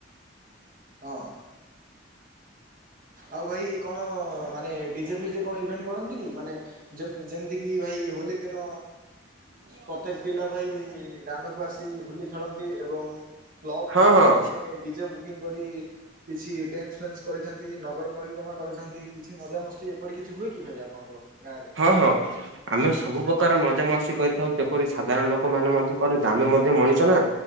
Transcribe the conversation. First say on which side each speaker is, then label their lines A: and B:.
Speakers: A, on the right; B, on the right.
A: ହଁ। ଆଉ ଭାଇ କଣ ମାନେ ଡିଜେ ଫିଜେ କଣ ଇଭେଣ୍ଟ କରନ୍ତି କି ମାନେ ଯେମତି ଯେମତିକି ଭାଇ ହୋଲି ଦିନ ପ୍ରତ୍ୟେକ ପିଲା ଭାଇ ଦାଣ୍ଡକୁ ଆସି ହୋଲି ଖେଳନ୍ତି ଏବଂ କ୍ଲବ
B: ହଁ
A: ପିଲାମାନେ
B: ହଁ
A: ଡିଜେକୁ ଡଲଫିନ କରି କିଛି ଡ୍ୟାନ୍ସ ଫ୍ୟାନ୍ସ କରିଥାନ୍ତି ନଗର ପରିକ୍ରମଣ କରିଥାନ୍ତି କିଛି ମଜା ମସ୍ତି ଏପରି କିଛି ହୁଏ କି ଭାଇ ଆପଣଙ୍କ ଗାଁରେ?
B: ହଁ ହଁ। ଆମେ ସବୁ ପ୍ରକାର ମଜାମସ୍ତି କରିଥାଉ ଯେପରି ସାଧାରଣ ଲୋକ ମାନେ ମଧ୍ୟ କରନ୍ତି। ଆମେ ମଧ୍ୟ ମଣିଷ ନା?